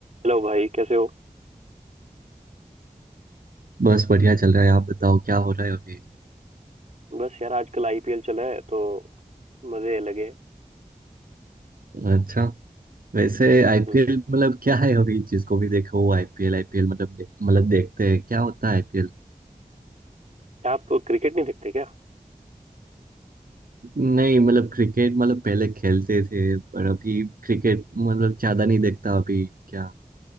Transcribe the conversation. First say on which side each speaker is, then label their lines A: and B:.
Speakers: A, on the right; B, on the right.
A: हेलो भाई कैसे हो
B: बस बढ़िया चल रहा है आप बताओ क्या हो रहा है अभी
A: बस यार आजकल आईपीएल चला है तो मजे लगे
B: अच्छा वैसे आईपीएल
A: हम्म
B: मतलब क्या है अभी जिसको भी देखो आईपीएल आईपीएल मतलब देख, मतलब देखते हैं क्या होता है आईपीएल
A: आप क्रिकेट नहीं देखते क्या
B: नहीं मतलब क्रिकेट मतलब पहले खेलते थे पर अभी क्रिकेट मतलब ज्यादा नहीं देखता अभी क्या